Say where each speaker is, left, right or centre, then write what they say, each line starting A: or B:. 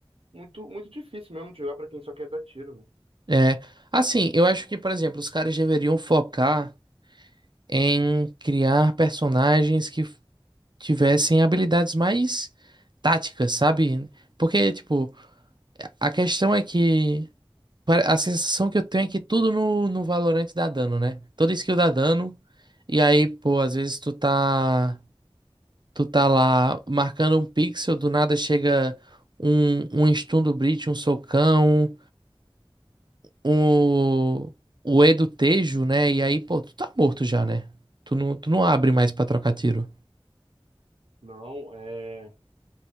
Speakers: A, on the right; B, on the right.
A: muito, muito difícil mesmo de jogar para quem só quer dar tiro, né?
B: É. Assim, eu acho que, por exemplo, os caras deveriam focar em criar personagens que tivessem habilidades mais táticas, sabe? Porque, tipo, a questão é que pare- a sensação que eu tenho é que tudo no, no Valorant dá dano, né? Toda skill dá dano. E aí, pô, às vezes tu tá, tu tá lá marcando um pixel, do nada chega um, um stun do Breach, um socão, um, o E do Tejo, né? E aí, pô, tu tá morto já, né? Tu não, tu não abre mais pra trocar tiro.
A: Não, é.